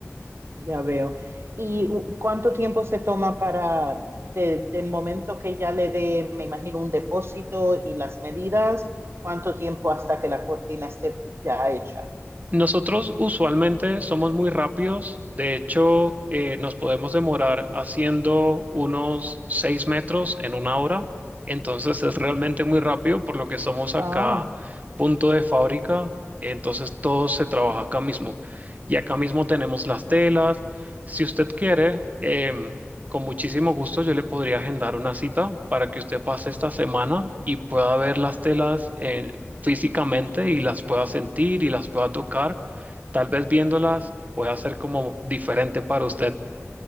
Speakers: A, on the right; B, on the right.
A: Ya veo. ¿Y u- cuánto tiempo se toma para, de- del momento que ya le dé, me imagino, un depósito y las medidas, cuánto tiempo hasta que la cortina esté ya hecha?
B: Nosotros usualmente somos muy rápidos, de hecho eh, nos podemos demorar haciendo unos 6 metros en una hora, entonces es realmente muy rápido por lo que somos
A: Ah.
B: acá punto de fábrica, entonces todo se trabaja acá mismo. Y acá mismo tenemos las telas, si usted quiere, em, con muchísimo gusto yo le podría agendar una cita para que usted pase esta semana y pueda ver las telas eh, físicamente y las pueda sentir y las pueda tocar. Tal vez viéndolas pueda ser como diferente para usted.